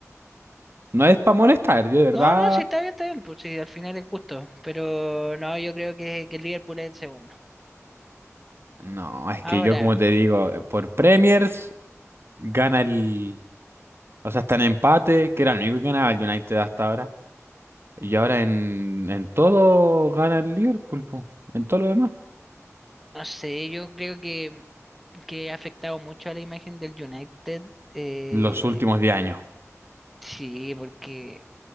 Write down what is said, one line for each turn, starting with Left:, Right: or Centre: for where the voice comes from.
Right: No es para molestar, yo de verdad...
Centre: No, no, sí, está bien, está bien. Pues sí, al final es justo. Pero no, yo creo que, que el Liverpool es el segundo.
Right: No, es
Centre: Ahora,
Right: que yo como te digo, eh, por Premiers gana el... O sea, está en empate, que era el único que ganaba el United hasta ahora. Y ahora en, en todo gana el Liverpool, po, En todo lo demás.
Centre: no sé, yo creo que. que ha afectado mucho a la imagen del United. eh,
Right: Los últimos 10 años.
Centre: sí, porque